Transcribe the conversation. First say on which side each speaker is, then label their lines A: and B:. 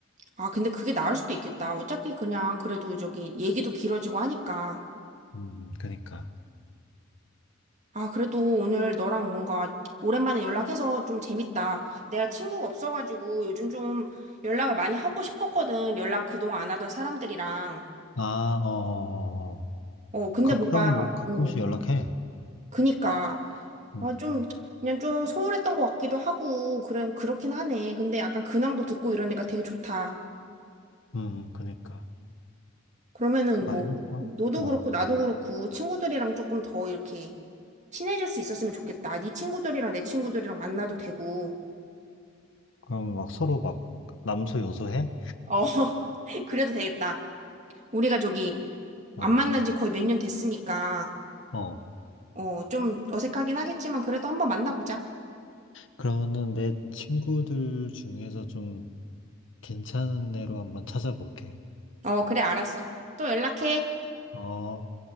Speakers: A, on the right (about 35°); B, on the left (about 65°).
A: 아, 근데 그게 나을 수도 있겠다. 어차피 그냥 그래도 저기 얘기도 길어지고 하니까.
B: 음, 그니까.
A: 아, 그래도 오늘 너랑 뭔가 오랜만에 연락해서 좀 재밌다. 내가 친구가 없어가지고 요즘 좀 연락을 많이 하고 싶었거든. 연락 그동안 안 하던 사람들이랑.
B: 아, 어, 어, 어. 어.
A: 어, 근데
B: 가끔
A: 뭔가,
B: 뭐 가끔씩
A: 어,
B: 연락해.
A: 그니까
B: 음,
A: 아, 좀 그냥 좀 소홀했던 것 같기도 하고 그럼 그렇긴 하네. 근데 약간 근황도 듣고 이러니까 되게 좋다.
B: 음, 그니까.
A: 그러면은
B: 알겠어.
A: 뭐 너도
B: 어.
A: 그렇고 나도 그렇고 친구들이랑 조금 더 이렇게 친해질 수 있었으면 좋겠다. 네 친구들이랑 내 친구들이랑 만나도 되고.
B: 그럼 막 서로 막 남소 여소해?
A: 어, <laughs> 그래도 되겠다. 우리가 저기
B: 어,
A: 안 만난 지 거의 몇 년 됐으니까
B: 어.
A: 어, 좀 어색하긴 하겠지만 그래도 한번 만나보자.
B: 그러면은 내 친구들 중에서 좀 괜찮은 애로 한번 찾아볼게.
A: 어, 그래 알았어. 또 연락해.
B: 어.